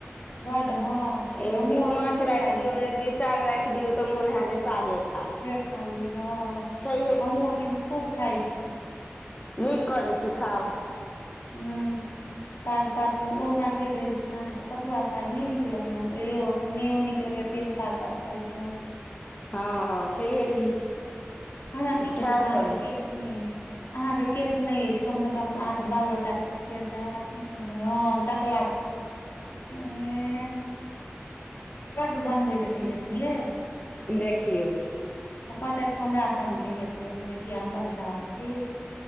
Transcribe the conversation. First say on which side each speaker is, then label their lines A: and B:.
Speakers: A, on the left; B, on the left.
A: बड्ड हँ।
B: एक
A: हमहुँ
B: दिस
A: एखन
B: माछ
A: खूब
B: राख
A: खाइ
B: दियौ
A: छी
B: एक दिस साग राखि दियौ तऽ मोन हय जे सागे खाय
A: खाली हँ।
B: छहिये
A: हमहुँ
B: की
A: एखन खूब खाइ छीये
B: नीक करै छी खाउ
A: हँ। <inaudible> साग पात के ओ हमरा कहैत रहे छथिन अहाँके तऽ पटुआ साग नहि नीक लगैय हम कहलै यौ अखन नहि नीक लगै। तेयौ शाग भात खाइ छी
B: हँ हँ छैहे की
A: तऽ हमरा
B: खायल
A: की कहै छथिन अहाँके
B: करू।
A: केश नहि अहाँके केस नहि अछि कम से कम अहाँके बाल बच्चाके तऽ केस हयत हँ टकला छियै बड्ड बनबैत रहै छथिन ये
B: देखियौ
A: ओ कहतथि तऽ हमरा सनके हेतै हम कहलियै किया हम बड्ड खराब छी।